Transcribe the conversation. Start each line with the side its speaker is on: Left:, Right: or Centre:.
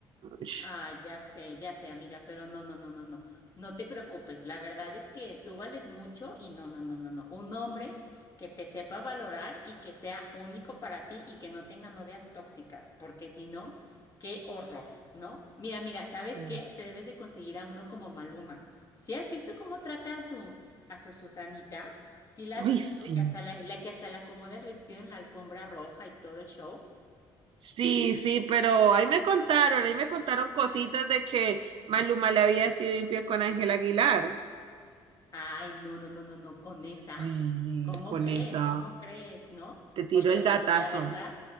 Right: Ush.
Left: Ah, ya sé, ya sé, amiga, pero no, no, no, no, no. No te preocupes. La verdad es que tú vales mucho y no, no, no, no, no. Un hombre que te sepa valorar y que sea único para ti y que no tenga novias tóxicas, porque si no, qué horror, ¿no? Mira, mira, ¿sabes
Right: Sí.
Left: qué? Te debes de conseguir a uno como Maluma. Si has visto cómo trata a su a su Susanita? ¿Sí la
Right: Uy,
Left: has visto?
Right: sí.
Left: Que hasta la, la que hasta la acomoda el vestido en la alfombra roja y todo el show.
Right: Sí, sí, pero ahí me contaron, ahí me contaron cositas de que Maluma le había sido infiel con Ángel Aguilar.
Left: Ay, no, no, no, no, no, con
Right: Sí,
Left: esa, ¿cómo
Right: con
Left: crees?
Right: esa.
Left: ¿Cómo crees? ¿No?
Right: Te tiro
Left: Oye,
Right: el
Left: oye,
Right: datazo.
Left: si la verdad,